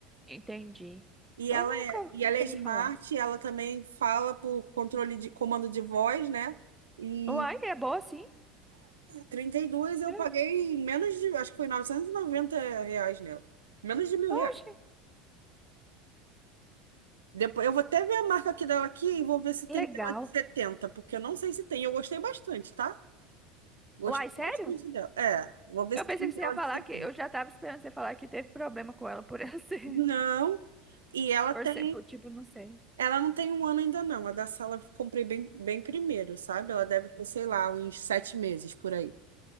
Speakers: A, in the centre; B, on the right.
A: Entendi.
B: E
A: Eu
B: ela
A: nunca,
B: é, e
A: nunca
B: ela é
A: ouvi
B: smart,
A: falar.
B: ela também fala por controle de comando de voz, né? E
A: Uai, é boa sim.
B: 32 eu
A: É.
B: paguei menos de, acho que foi 990 reais nela. Menos de mil reais.
A: Oxe,
B: Depois, eu vou até ver a marca aqui dela aqui e vou ver se tem
A: legal.
B: dela de 70 porque eu não sei se tem. Eu gostei bastante, tá? Gostei
A: Uai, sério?
B: bastante dela. É, vou ver
A: Eu
B: se
A: pensei
B: tem
A: que
B: dela
A: você ia falar
B: de setenta
A: que eu já tava esperando você falar que teve problema com ela por <laughs> ela ser.
B: Não. E ela
A: Por
B: tem,
A: ser, por tipo, não sei.
B: ela não tem um ano ainda não. A da sala eu comprei bem, bem primeiro, sabe? Ela deve ter, sei lá, uns sete meses por aí.